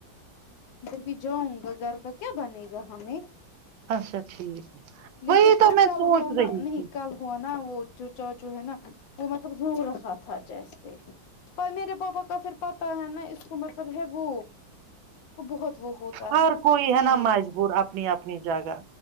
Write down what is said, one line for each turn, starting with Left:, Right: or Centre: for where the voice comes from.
Left: بھی جاؤں گا گھر کا کیا بنے گا ہمیں
Right: اچھا ٹھیک ہے،
Left: لیکن
Right: وہی تو
Left: اب
Right: میں
Left: کل
Right: سوچ
Left: ہوا نا
Right: رہی
Left: نہیں
Right: تھی
Left: کل ہوا نا وہ جو چاچو ہے نا وہ مطلب رو رہا تھا جیسے میرے پاپا کا پھر پتا ہے نا اس کو مطلب ہے وہ کو بہت وہ ہوتا
Right: ہر کوئی
Left: فیل
Right: ہے نا مجبور اپنی اپنی جگہ